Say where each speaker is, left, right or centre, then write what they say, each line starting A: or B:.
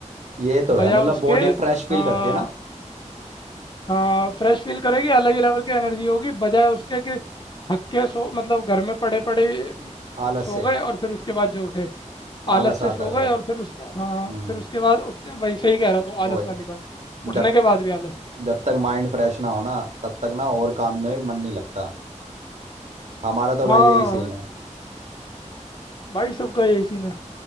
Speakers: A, on the right (about 65°); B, on the left (about 40°).
A: ये तो है
B: बजाय
A: मतलब
B: उसके
A: बॉडी फ्रेश फील
B: हाँ
A: करती है ना
B: हाँ फ्रेश फील करेगी अलग ही लेवल की एनर्जी होगी बजाय उसके कि थक के सो मतलब घर में पड़े पड़े
A: आलस
B: सो
A: से
B: गए और फिर उसके बाद जो उठे आलस
A: आलस
B: से
A: आता
B: सो
A: है मेरा
B: गए और फिर उस हाँ
A: हम्म
B: फिर उसके बाद उठते वही सही कह रहा तू
A: ओए
B: आलस वाली बात उठने
A: जब
B: के बाद भी आलस
A: जब तक माइंड फ्रेश ना हो ना तब तक ना और काम में मन नहीं लगता हमारा तो
B: हाँ
A: भाई यही सीन है
B: भाई सबका यही सीन है